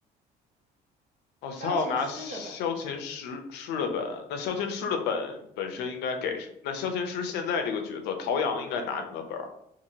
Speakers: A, on the left; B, on the right.
A: 哦，
B: 萧琴诗的本。
A: 他要拿萧琴师师的本，那萧琴师的本本身应该给谁？那萧琴师现在这个角色，陶阳应该拿什么本儿